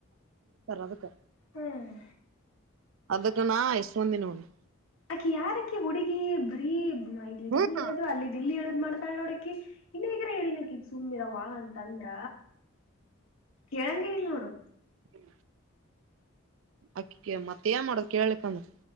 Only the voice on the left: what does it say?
ಹ್ಮ್
ಅಕಿ ಯಾರಕಿ ಹುಡುಗಿ ಬರೀ ಇಲ್ಲಿ
ಅಲ್ಲಿ ಎ ಹೇಳದುರು ಅಲ್ಲಿ ಇಲ್ಲಿ ಎುದು ಇ ಮಾಡ್ತಾಳ ನೋಡಕಿ ಇನ್ನ ಈಗ್ರ ಹೇಳಿನಕಿಗ ಸುಮ್ಮಿರ ವ ಅಂತಂದ್ರ ಕೇಳಂ ಕಲ್ಲ ನೋಡು